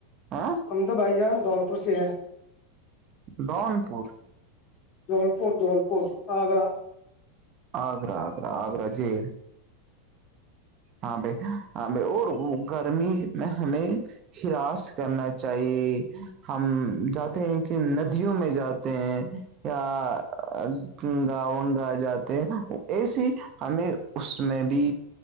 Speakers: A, on the right (about 40°); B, on the left (about 45°).
A: ہاں
B: امدو بھائی جان دھولپور سے ہے
A: دون پور
B: جلپور جلپور آگرہ
A: آگرگرہ آگرگرہ آگرہ جی ہاں بھائی ہاں بھائی اور گرمی میں ہمیں ہراس کرنا چاہیے ہم جاتے ہیں کہ ندیوں میں جاتے ہیں <unintelligible> گاون گائے جاتے ہیں ایسیے ہمیں اس میں بھی